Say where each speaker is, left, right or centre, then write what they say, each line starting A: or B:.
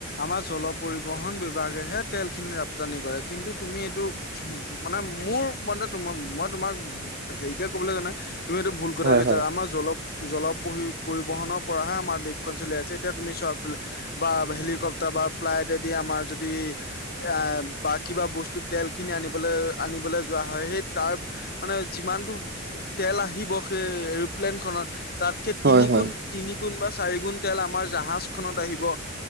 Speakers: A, on the left (about 50°); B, on the right (about 55°).
A: আমাৰ জল পৰিবহন বিভাগেহে তেলখিনি ৰপ্তানি কৰে, কিন্তু, তুমি এইটো। মানে মোৰ ম তোম মই তোমাক হেৰিকে ক'বলৈ যোৱা নাই তুমি এইটো ভুল গোট
B: হয়,
A: গৈছে
B: হয়।
A: আমাৰ জলপ জলপহি পৰিবহনৰ পৰাহে আমাৰ দেশখন চলি আছে, এতিয়া তুমি চোৱা। বা হেলিকপ্তাৰ বা ফ্লাইটেদি আমাৰ যদি এ বা কিবা বস্তু তেল খিনি আনিবলৈ আনিবলৈ যোৱা হয়, সেই তাৰ মানে যিমানতটো তেল আহিব সেই এৰ'প্লেন খনত। তাতকে
B: হয়,
A: তিনি
B: হয়,
A: গুণ, তিনি গুণ বা চাৰি গুণ তেল আমাৰ জাহাজ খনত আহিব।